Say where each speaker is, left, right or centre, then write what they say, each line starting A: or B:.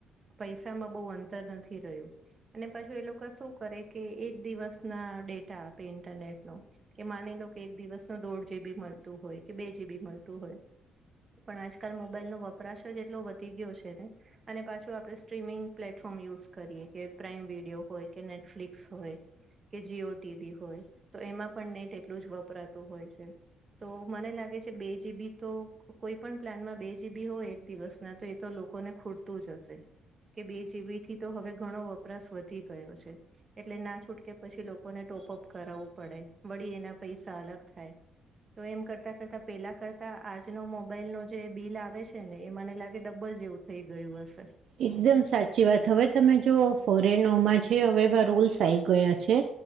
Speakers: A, on the right; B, on the right.
A: પૈસા માં બહુ અંતર નથી રહ્યું. અને પછી એ લોકો શું કરે કે એક દિવસ ના ડેટા આપે ઇન્ટરનેટ નો કે માની લો કે એક દિવસ ન દોઢ જીબી મળતું હોય કે બે જીબી મળતું હોય. પણ આજકાલ મોબાઈલ નો વપરાશ જ એટલો વધી ગયો છે ને અને પાછ જો આપણે સ્ટ્રીમિંગ પ્લેટફોર્મ યુઝ કરીએ કે પ્રાઇમ વિડીયો હોય કે નેટફ્લિક્સ હોય. કે જીઓ ટીવી હોય તો એમાં પણ નેટ એટલું જ વપરાતું હોય છે. તો મને લાગે છે બે જીબી તો કોઈ પણ પ્લાનમાં બે જીબી હોય એક દિવસ. ના તો એ તો લોકોને ખૂટતું જ હશે. કે બે જીબી થી તો હવે ઘણો વપરાશ વધી ગયો છે. એટલે ના છૂટકે પછી લોકોને ટોપઅપ કરાવવું પડે વળી એના પૈસા અલગ થાય તો એમ કરતાં કરતાં પેલા કરતા આજનો મોબાઈલ નો જે બિલ આવે છે ને એ મને લાગે ડબલ જેવું. થઈ ગયું હશે.
B: એકદમ સાચી વાત હવે તમે જો ફોરેનોમાં છે હવે એવા રૂલ્સ આવી ગયા છે.